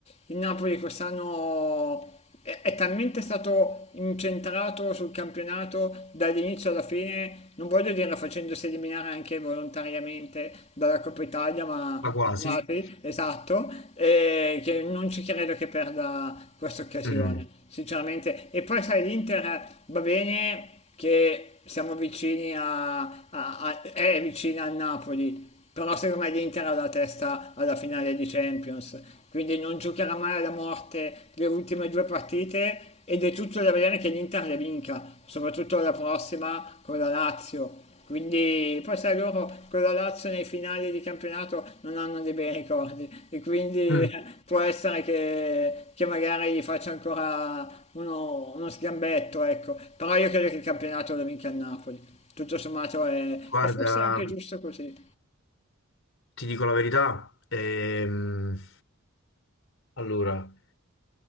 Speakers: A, on the left; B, on the left.
A: il Napoli quest'anno è, è talmente stato incentrato sul campionato dall'inizio alla fine, non voglio dire facendosi eliminare anche volontariamente dalla Coppa Italia, ma
B: Ma quasi.
A: quasi, esatto, e che non ci credo che perda questa occasione,
B: Mm.
A: sinceramente. E poi sai, l'Inter va bene che siamo vicini a, a- a- è vicina al Napoli, però secondo me l'Inter ha la testa alla finale di Champions, quindi non giocherà mai alla morte le ultime due partite ed è tutto da vedere che l'Inter le vinca, soprattutto la prossima con la Lazio. Quindi poi sai loro con la Lazio nei finali di campionato non hanno dei bei ricordi e quindi
B: Mm.
A: <laughs> può essere che, che magari gli faccia ancora uno, uno sgambetto, ecco. Però io credo che il campionato lo vinca il Napoli. Tutto sommato è,
B: Guarda,
A: è forse anche giusto così.
B: ti dico la verità. Ehm, allora.